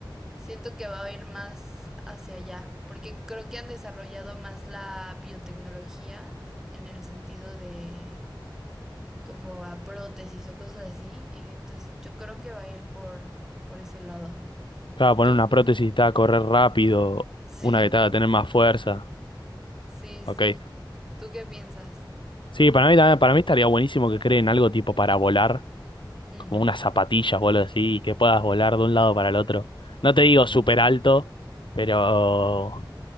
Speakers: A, in the centre; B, on the left.
A: Siento que va a ir más hacia allá, porque creo que han desarrollado más la biotecnología en el sentido de como a prótesis o cosas así, y entonces yo creo que va a ir por, por ese lado.
B: claro, poner
A: ¿Tú?
B: una prótesis y te haga correr rápido,
A: Sí,
B: una que te haga tener más fuerza,
A: sí, sí.
B: ok.
A: ¿Tú qué piensas?
B: Sí, para mí también, para mí estaría buenísimo que creen algo tipo para volar,
A: Mm,
B: como unas zapatillas o algo así, y que puedas volar de un lado para el otro. No
A: sí,
B: te digo súper alto, pero